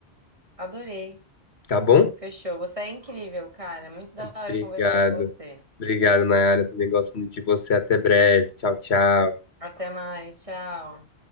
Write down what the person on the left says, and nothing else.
Tá bom?
Obrigado.
Obrigado, Nayara. Também gosto muito de você. Até breve. Tchau, tchau.